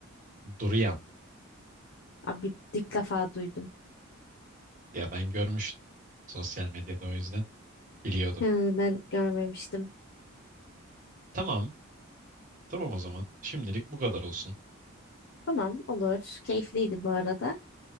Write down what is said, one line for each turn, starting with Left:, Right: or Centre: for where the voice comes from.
Right: Durian.
Left: Abi ilk defa duydum.
Right: Ya ben görmüştüm. Sosyal medyada o yüzden biliyordum.
Left: Hı, ben görmemiştim.
Right: Tamam. Tamam o zaman. Şimdilik bu kadar olsun.
Left: Tamam olur. Keyifliydi bu arada.